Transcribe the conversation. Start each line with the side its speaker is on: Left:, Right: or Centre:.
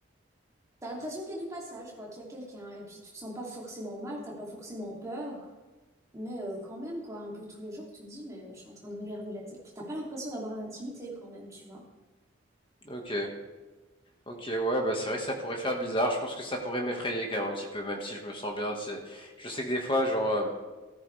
Right: T'as l'impression qu'il y a du passage, quoi, qu'il y a quelqu'un. Et puis tu te sens pas forcément mal, t'as pas forcément peur. Mais euh, quand même, quoi, un peu tous les jours, tu te dis, mais euh, je suis en train de regarder la télé. Enfin, T'as pas l'impression d'avoir d'intimité quand même, tu vois.
Left: Ok. Ok, ouais, bah c'est vrai que ça pourrait faire bizarre. Je pense que ça pourrait m'effrayer quand même un petit peu, même si je me sens bien. c'est Je sais que des fois, genre, euh,